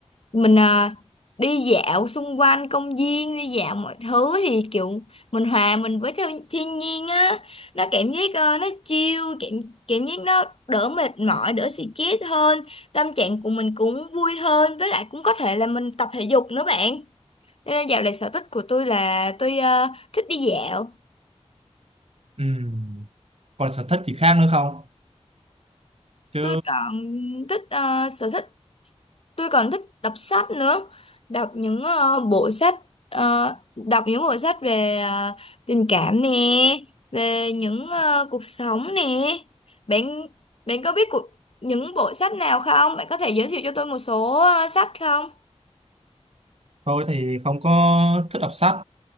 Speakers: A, on the left (about 60°); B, on the right (about 65°).
A: mình à, đi dạo xung quanh công viên đi dạo mọi thứ thì kiểu mình hòa mình với theo thiên nhiên á nó cảm giác ờ, nó chill cảm cảm giác nó đỡ mệt mỏi đỡ stress hơn tâm trạng của mình cũng vui hơn với lại cũng có thể là mình tập thể dục nữa bạn Nên là dạo này sở thích của tôi là tôi ờ, thích đi dạo
B: Ừm, còn sở thích gì khác nữa không? Chứ
A: tôi còn thích ờ, sở thích tôi còn thích đọc sách nữa đọc những ờ, bộ sách ờ, đọc những bộ sách về ờ, tình cảm nè về những ờ, cuộc sống nè bạn bạn có biết cuộc, những bộ sách nào không bạn có thể giới thiệu cho tôi một số ờ, sách không
B: tôi thì không có thích đọc sách,